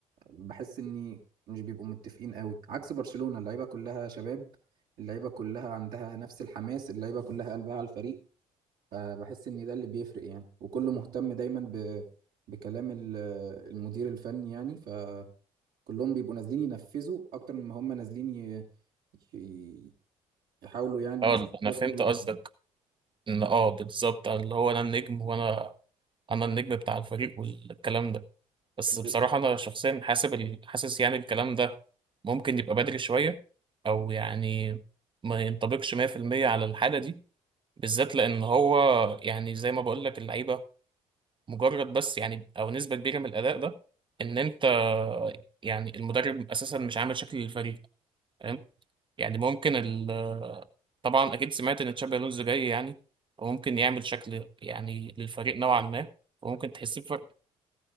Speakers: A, on the right; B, on the right.
A: بحس ان مش بيبقوا متفقين قوي عكس برشلونة اللعيبة كلها شباب اللعيبة كلها عندها نفس الحماس اللعيبة كلها قلبها على الفريق فبحس ان ده اللي بيفرق يعني وكله مهتم دايما ب... بكلام ال- المدير الفني يعني فكلهم بيبقوا نازلين ينفذوا اكتر مما هم نازلين ي... ي- يحاولوا يعني
B: اه
A: مثلا
B: انا
A: ياخدوا
B: فهمت
A: اللقطة
B: قصدك ان اه بالظبط اللي هو انا النجم وانا انا النجم بتاع الفريق والكلام ده بس
A: مش
B: بصراحه انا شخصيا حاسب ال- حاسس يعني الكلام ده ممكن يبقى بدري شويه او يعني ما ينطبقش 100% على الحاله دي بالذات لان هو يعني زي ما بقول لك اللعيبه مجرد بس يعني او نسبه كبيره من الاداء ده ان انت يعني المدرب اساسا مش عامل شكل للفريق فاهم يعني ممكن ال طبعا اكيد سمعت ان تشابي الونزو جاي يعني وممكن يعمل شكل يعني للفريق نوعا ما وممكن تحس بفرق